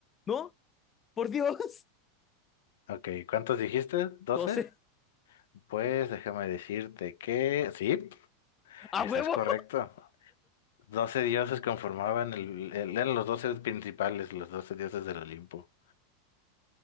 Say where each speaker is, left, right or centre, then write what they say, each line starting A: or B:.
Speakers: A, on the left; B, on the left.
A: ¿No? Por Dios.
B: ok. ¿Cuántos dijiste? ¿Doce?
A: doce
B: Pues déjame decirte que sí,
A: <laughs> ¡A
B: estás
A: huevo!
B: correcto. Doce dioses conformaban el, el- eran los doce principales, los doce dioses del Olimpo.